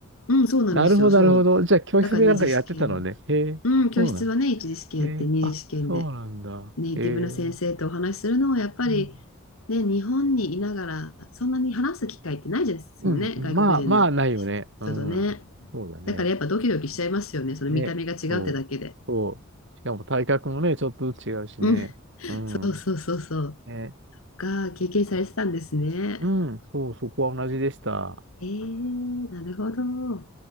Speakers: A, on the left (about 85°); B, on the right (about 60°).
A: うん、そうなんですよ。
B: なるほど、
A: そう。
B: なるほど。じゃあ教室でなんかやってたのね。
A: だから二次試験の。
B: へえ、
A: うん、教室はね、
B: そうなの。
A: 一次試験やって、
B: へえ、
A: 二次試験で
B: あ、そうなんだ。
A: ネイティブの先生とお話しするのはやっぱり、
B: へえ。うん。
A: ね、日本にいながらそんなに話す機会ってないですもんね、
B: うんうんまあ、
A: 外国人の人とね。
B: まあ、ないよね。うん。そうだね。
A: だからやっぱドキドキしちゃいますよね、その見た目が違うってだけで。
B: ね。そう。そう。しかも体格もね、ちょっとずつ違うしね。
A: うん、
B: うん。
A: そうそうそうそう。
B: ね
A: が経験されてたんですね。
B: うん、そう、そこは同じでした。
A: えー、なるほど。